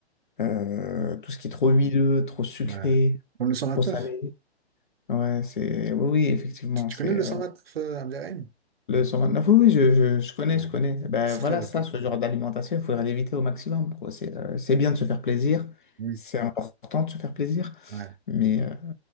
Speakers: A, on the left (about 50°); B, on the right (about 60°).
A: euh, tout ce qui est trop huileux, trop sucré,
B: Ouais. Comme le 129.
A: trop salé. Ouais, c'est... Oui, oui, effectivement,
B: Tu, tu
A: c'est...
B: connais le
A: euh,
B: 129 euh, à Abderrahim?
A: le 129, oui, oui, je, je, je connais,
B: Ouais.
A: je connais. Ben
B: C'est
A: voilà,
B: très réputé.
A: ça, ce genre d'alimentation, il faudrait l'éviter au maximum, quoi. C'est euh, c'est bien de se faire plaisir,
B: Oui.
A: c'est important de se faire plaisir,
B: Ouais.
A: mais... euh,